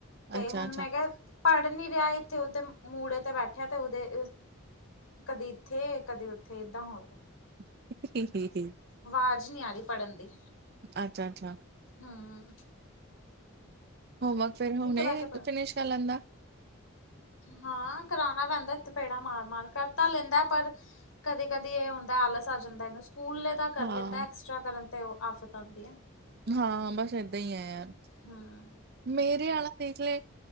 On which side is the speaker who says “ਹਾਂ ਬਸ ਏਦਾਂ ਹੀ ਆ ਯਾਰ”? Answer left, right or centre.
Right